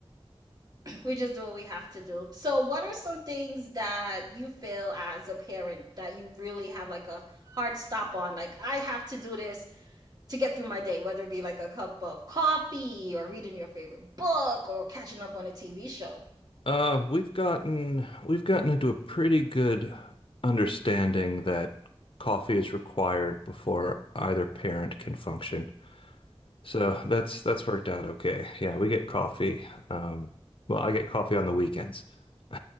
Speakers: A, on the right; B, on the left.
A: <clears throat> We just do what we have to do. So, what are some things that you feel as a parent that you really have like a hard stop on? Like, I have to do this to get through my day, whether it be like a cup of coffee or reading your favorite book or catching up on a TV show.
B: Uh, we've gotten we've gotten into a pretty good understanding that coffee is required before either parent can function. So that's that's worked out okay. Yeah, we get coffee. Um, well, I get coffee on the weekends. <laughs>